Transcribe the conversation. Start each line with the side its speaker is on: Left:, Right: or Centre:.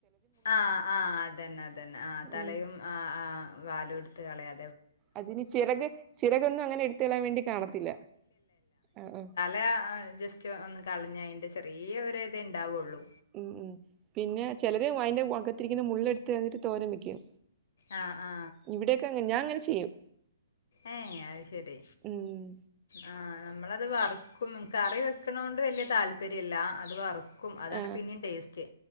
Left: ആ ആ അതെന്നെ അതന്നെ ആ തലയും
Right: ഉം
Left: ആ ആ വാലും എടുത്ത് കളയാ
Right: അതിന് ചിറക് ചിറകൊന്നും അങ്ങനെ എടുത്തളയാൻ വേണ്ടി കാണത്തില്ല ആ അ
Left: ആ ആ ജസ്റ്റ് ഒന്ന് കളഞ്ഞ അയിന്റെ ചെറിയ ഒര് ഇത് ഇണ്ടാവൊള്ളൂ.
Right: മം മം പിന്നെ ചിലര് അയിന്റെ അകത്തിരിക്കുന്ന മുള്ള് എടുത്ത് കളഞ്ഞിട്ട് തോരം വെക്കും.
Left: ആ ആ
Right: ഇവിടൊക്കെ അങ്ങനെ ഞാൻ അങ്ങനെ ചെയ്യും.
Left: ഏ അഹ് ശെരി
Right: ഉം
Left: ആ നമ്മളത് വറുക്കും കറി വെക്ക്ണൊണ്ട് വെല്ല്യ താല്പര്യല്ല അത് വർക്കും. ക്കും അതാണ്
Right: ആ
Left: പിന്നിം ടേസ്റ്റ്.